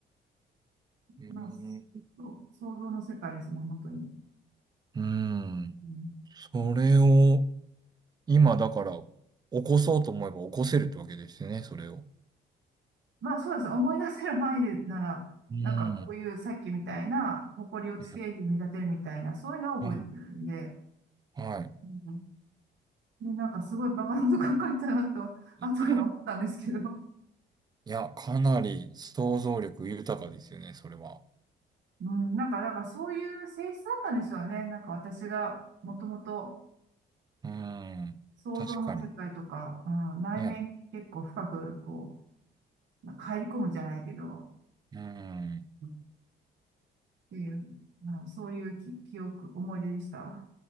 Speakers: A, on the right (about 20°); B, on the right (about 65°).
A: ーん。
B: まあ、そう想像の世界ですね、本当に。
A: うーん。
B: うん
A: それを今だから起こそうと思えば起こせるってわけですね、それを。
B: まあ、そうです。思い出せる範囲でなら、
A: うん。
B: なんかこういうさっきみたいな、埃を地底人に見立てるみたいな、
A: う
B: そういうのを覚えてるんで、
A: んはい。
B: うんで、なんかすごいバカなこと考えたなと、<laughs> 後から思ったんですけど、
A: <laughs> いや、かなり想像力豊かですよね、それは。
B: うん、なんか、なんかそういう性質だったんでしょうね。なんか私がもともと、
A: うーん。
B: 想像の世界とか、
A: 確かに。
B: うん、内面に結構深く、
A: ね。
B: こう、なんか入り込むじゃないけど、
A: うーん。
B: っていう、あのそういうき記憶、思い出でした。